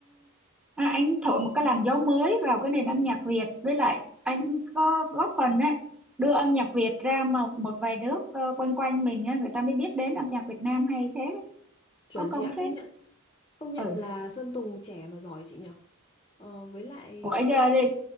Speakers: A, in the centre; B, on the left.
A: ờ, à, anh thổi một cái làn gió mới vào cái nền âm nhạc Việt với lại anh có góp phần đấy đưa âm nhạc Việt ra một một vài nước ờ, quanh quanh mình á, người ta mới biết đến âm nhạc Việt Nam hay thế đấy.
B: chuẩn
A: có công
B: chị ạ
A: phết
B: công nhận Công nhận
A: ừ
B: là Sơn Tùng trẻ mà giỏi chị nhở. Ờ, với lại
A: ủa giờ thì